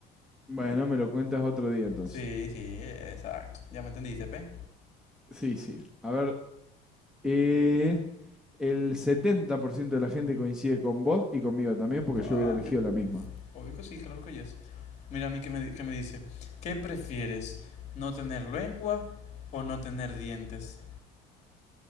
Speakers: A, in the centre; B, on the left.
A: Bueno, me lo cuentas otro día entonces.
B: Sí, sí, exacto. Ya me entendiste, pe.
A: Sí, sí. A ver, eh, el 70% de la gente coincide con vos y conmigo también porque
B: Papi,
A: yo hubiera elegido la misma.
B: obvio que sí, claro que yes. Mira a mí que me, di- que me dice, ¿qué prefieres? ¿No tener lengua o no tener dientes?